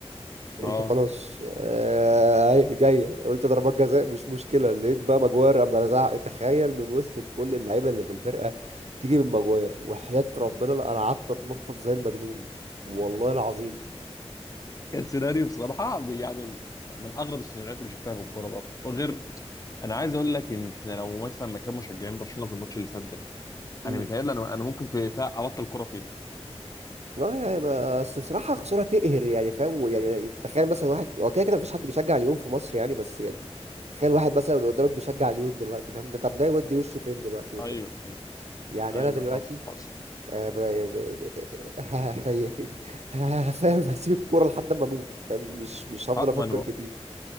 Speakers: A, on the right (about 85°); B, on the left (about 35°).
A: قلت
B: اه
A: خلاص آه، هي جايه قلت ضربات جزاء مش مشكله لقيت بقى ماجواير اما لزعق تخيل من وسط كل اللعيبه اللي في الفرقه تيجي من ماجواير وحياه ربنا لا انا قعدت اتنطط زي المجنون والله العظيم
B: كان سيناريو بصراحه بي- يعني من اغرب السيناريوهات اللي شفتها في الكوره برضه وغير انا عايز اقول لك ان احنا لو مثلا مكان مشجعين برشلونه في الماتش اللي فات ده
A: امم
B: انا متهيألي انا انا ممكن في فيها ابطل كوره فيه
A: اه يعني ما- بس بصراحه خساره تقهر يعني فاهم يعني تخيل مثلا واحد هو كده كده مفيش حد بيشجع ليون في مصر يعني بس يعني تخيل واحد مثلا قدامك بيشجع ليون دلوقتي فاهم ده طب ده يودي وشه فين دلوقتي والنبي
B: ايوه
A: يعني
B: ايوه
A: انا دلوقتي
B: حصل حصل
A: آه، ب- ب- ب- <laughs> ه- فاهم هسيب الكوره لحد ما اموت فاهم مش مش هفضل
B: اه
A: افكر
B: ما انا بقى.
A: كتير